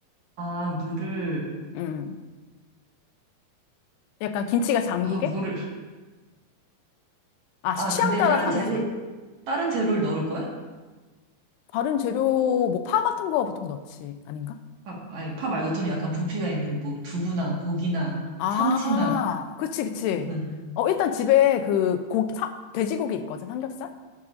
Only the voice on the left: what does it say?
음. 약간 김치가 잠기게?
아,
취향
따라
다르지.
다른 재료, 뭐, 파 같은 거 보통 넣지. 아닌가?
아,
그치, 그치.
어, 일단 집에 그 고기, 사, 돼지고기 있거든, 삼겹살?